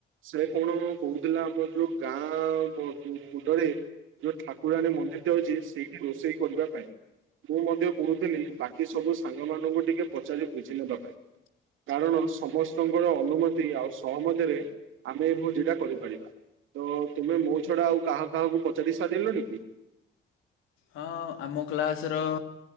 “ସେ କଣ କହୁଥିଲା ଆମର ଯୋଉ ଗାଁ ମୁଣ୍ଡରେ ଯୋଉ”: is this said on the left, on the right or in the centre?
Right